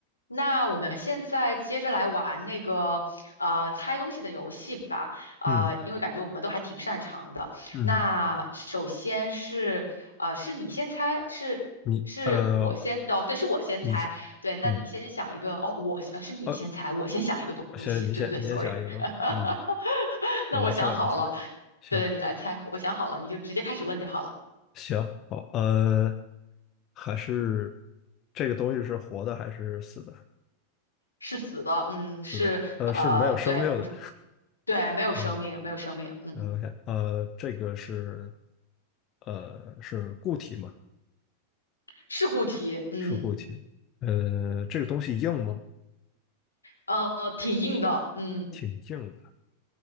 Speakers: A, on the left (about 80°); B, on the left (about 35°).
A: 那我们现在接着来玩那个呃猜东西的游戏吧，呃，
B: 嗯
A: 因为感觉我们都还挺擅长的。
B: 嗯，
A: 那首先是呃是你先猜，是是我先哦，
B: 你呃，
A: 对，是我先猜，
B: 你先，
A: 对，那你先想一个哦，
B: 嗯，
A: 我呃是你先猜，
B: 哦，
A: 我先想一个东西，
B: 行，你先，
A: 对对对，sorry，
B: 你先想一个东西，嗯，
A: <laughs> 那我想好了，
B: 我来猜，我来猜，行
A: 对对，你来猜，我想好了，你就直接开始问就好了，
B: 行，好，呃，还是这个东西是活的还是死的？
A: 是死的，嗯，是呃对，
B: 死的，呃，是没有生命的。
A: 不是对，没有生命，
B: 呃
A: 没有生命，嗯。
B: 呃 OK，呃，这个是呃是固体嘛？
A: 事故题，嗯，
B: 是固体，呃，这个东西硬吗？
A: 呃，挺硬的，嗯，
B: 挺硬的。